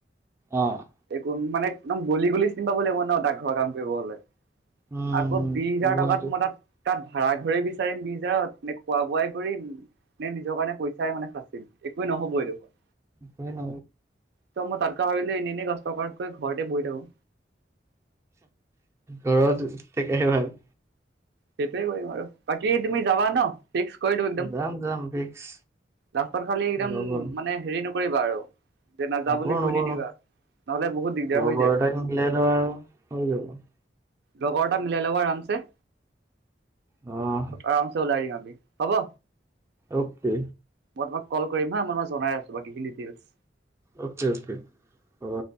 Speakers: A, on the right; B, on the right.
A: অ'।
B: এক মানে, একদম গলি গলি চিনি পাব লাগিব ন, ডাকঘৰৰ কাম কৰিব হলে।
A: উম,
B: আকৌ বিশ হাজাৰ
A: গুৱাহাটীত
B: টকাত মই তাত তাত ভাড়াঘৰে বিচাৰিম বিশ হাজাৰত নে খোৱা বোৱাই কৰিম? নে নিজৰ কাৰণে পইচাই মানে সাচিম, একোৱে নহব এই দেখোন।
A: হয় ন।
B: ত' মই তাতকৈ ভাবিলোঁ, এনেই এনেই কষ্ট কৰাতকৈ ঘৰতে বহি থাকোঁ।
A: ঘৰত ঠিকে, ভাল।
B: সেইটোৱে কৰিম আৰু বাকী তুমি যাবা ন? ফিক্স কৰি দিও একদম,
A: যাম যাম ফিক্স।
B: লাষ্টত খালি একদম
A: লগৰ
B: মানে হেৰি ন কৰিবা আৰু যে নাযাও
A: নকৰো
B: বুলি
A: নকৰো
B: কৈ নিদিবা, নহলে বহুত দিগদাৰ
A: লগৰ
B: হৈ যায়।
A: <unintelligible>
B: লগৰ এটা মিলাই ল'ব আৰামছে।
A: অ'।
B: আৰামছে ওলাই দিম আমি, হ'ব।
A: অকে।
B: মই তোমাক কল কৰিম হা, মই জনাই আছোঁ বাকীখিনি ডিতেইলচ।
A: অকে অকে হব।